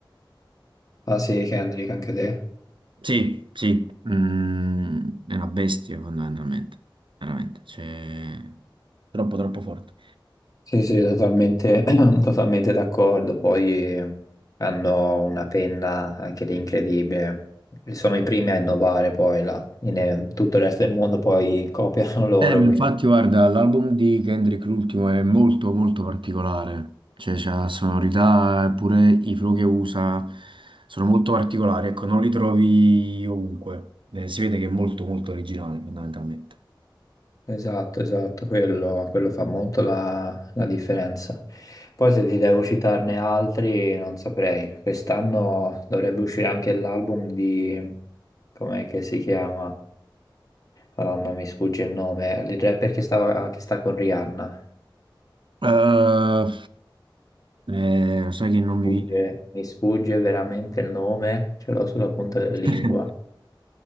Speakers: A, on the left; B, on the right.
A: Ah sì, Kendrick, anche te.
B: Sì, sì, mm, è una bestia fondamentalmente, veramente. Cioè... Troppo, troppo forte.
A: Sì, sì, totalmente, <clears throat> totalmente d'accordo. Poi hanno una penna anche lì incredibile. Sono i primi a innovare poi là. In- eh, tutto il resto del mondo poi copiano <laughs> loro,
B: Eh, ma infatti,
A: quindi.
B: guarda, l'album di Kendrick, l'ultimo, è molto, molto particolare. Cioè, c'ha sonorità, e pure i flow che usa sono molto particolari. Ecco, non li trovi ovunque. Eh, si vede che è molto, molto originale, fondamentalmente.
A: Esatto, esatto, quello, quello fa molto la, la differenza. Poi se ti devo citarne altri, non saprei. Quest'anno dovrebbe uscire anche l'album di... com'è che si chiama? Madonna, mi sfugge il nome. Il rapper che stava- che sta con Rihanna.
B: Eh, eh, sai che non mi
A: sfugge-
B: viene.
A: mi sfugge veramente il nome, ce l'ho sulla punta della
B: <laughs>
A: lingua.